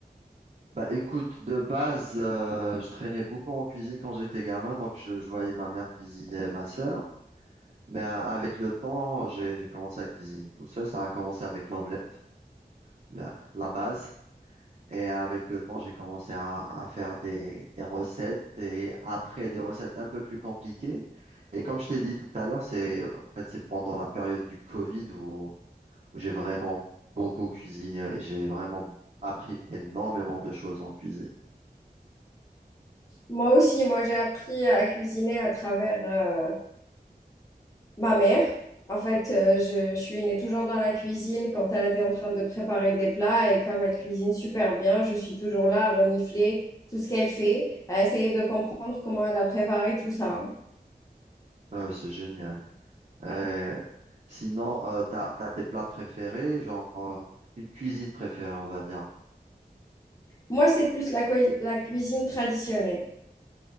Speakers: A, on the right; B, on the left.
A: Bah écoute, de base, euh, je traînais beaucoup en cuisine quand j'étais gamin, donc je, je voyais ma mère cuisiner et ma sœur. Mais euh, avec le temps, j'ai, j'ai commencé à cuisiner tout seul. Ça a commencé avec l'omelette, la, la base. Et avec le temps, j'ai commencé à, à faire des, des recettes et après des recettes un peu plus compliquées. Et comme je t'ai dit tout à l'heure, c'est en fait c'est pendant la période du Covid où, où j'ai vraiment beaucoup cuisiné et j'ai vraiment appris énormément de choses en cuisine.
B: Moi aussi, moi j'ai appris à cuisiner à travers euh, ma mère. En fait, euh, je, je suis née toujours dans la cuisine quand elle était en train de préparer des plats et comme elle cuisine super bien, je suis toujours là à renifler tout ce qu'elle fait, à essayer de comprendre comment elle a préparé tout ça. hein.
A: Euh, c'est génial. Euh, sinon, euh, t'as, t'as des plats préférés, genre euh, une cuisine préférée, on va dire.
B: Moi, c'est plus la, cui- la cuisine traditionnelle.